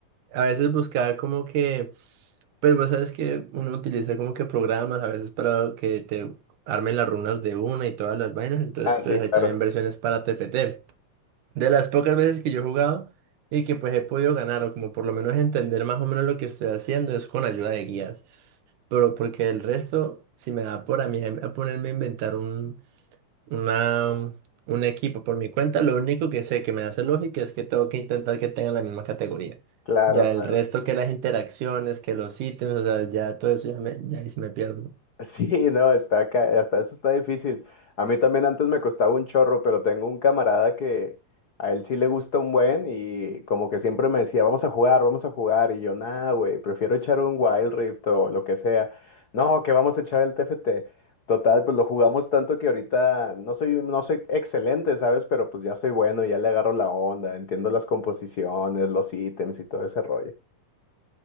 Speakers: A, on the right; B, on the left.
A: a veces buscaba como que, pues vos sabes que uno utiliza como que programas a veces para que te armen las runas de una y todas las vainas, entonces
B: Ah,
A: pues
B: sí, claro,
A: hay también versiones para TFT. de las pocas veces que yo he jugado y que pues he podido ganar o como por lo menos entender más o menos lo que estoy haciendo es con ayuda de guías, pero porque el resto, si me da por a mí a ponerme a inventar un, una, un equipo por mi cuenta, lo único que sé que me hace lógica es que tengo que intentar que tengan la misma categoría.
B: claro,
A: Ya
B: claro.
A: el resto que las interacciones, que los ítems, o sea, ya todo eso ya, me, ya ahí sí me pierdo.
B: Sí, no, está acá, hasta eso está difícil. A mí también antes me costaba un chorro, pero tengo un camarada que a él sí le gusta un buen y como que siempre me decía, vamos a jugar, vamos a jugar. Y yo, nah, güey, prefiero echar un Wild Rift o lo que sea. No, que vamos a echar el TFT. Total, pues lo jugamos tanto que ahorita no soy, no soy excelente, ¿sabes? Pero pues ya soy bueno, ya le agarro la onda, entiendo las composiciones, los ítems y todo ese rollo.